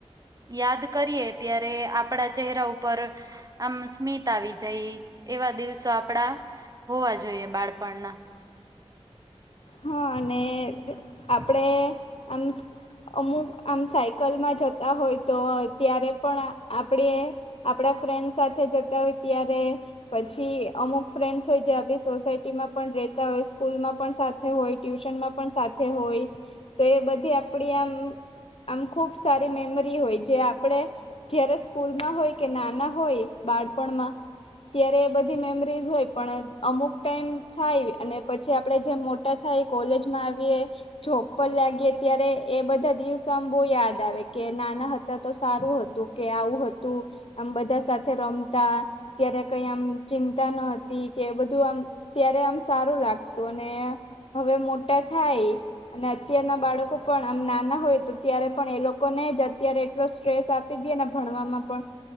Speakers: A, on the right; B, on the left.
A: યાદ કરીએ ત્યારે આપડા ચહેરા ઉપર આમ સ્મિત આવી જાય એવા દિવસો આપડા હોવા જોઈએ બાળપણના.
B: હા અને આપડે આમ અમુક આમ સાયકલમાં જતા હોય તો ત્યારે પણ આપડે આપડા ફ્રેન્ડ સાથે જતા હોય ત્યારે પછી અમુક ફ્રેન્ડસ હોય જે આપણી સોસાયટીમાં પણ રહેતા હોય સ્કૂલમાં પણ સા હોય ટ્યુશનમાં પણ સાથે હોય તો એ બધી આપણી આમ આમ ખુબ સારી મેમરી હોય જે આપણે જયારે સ્કૂલમાં હોય કે નાના હોય બાળપણમાં ત્યારે એ બધી મેમરી હોય પણ અમુક ટાઈમ થાય અને પછી આપણે જેમ મોટ થાય કોલેજમાં આવીએ જોપ પર લાગીએ ત્યારે એ બધા દિવસ બહુ યાદ આવે કે નાના હતા તો સારું હતું. તું કે આવું હતું. આમ બધા સાથે રમતા ત્યારે કઈ આમ ચિંતા ન હતી કે બધું આમ ત્યારે આમ સારું રાખતું અને હવે મોટા થાય અને અત્યારના બાળકો પણ આમ નાના હોય તો ત્યારે પણ એ લોકોને જ અત્યારે એટલો સ્ટ્રેસ આપી દેને ભણવામાં પણ